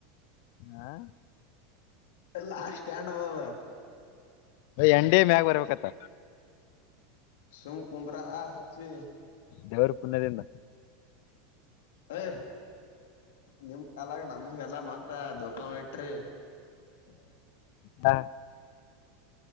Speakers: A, on the left; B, on the left.
A: ಹಾ
B: ಲಾ ಸ್ಟ್ಯಾಂಡ್ ದಾವ.
A: ಎಂಡಿ ಮ್ಯಾಗ ಬರ್ಬೇಕತ್ತ.
B: ಸುಮ್ಮ ಕುಂದ್ರ ಅರ್ಚಿ.
A: ದೇವರ ಪುಣ್ಯದಿಂದ
B: ಅಯ್ ನಿಮ್ಮ ಕಾಲಾಗ ನಮಗ ಎಲ್ಲ ಮತ್ತ ದೋಖಾ ಇಟ್ರಿ. ಹ್ಮ.
A: ಅ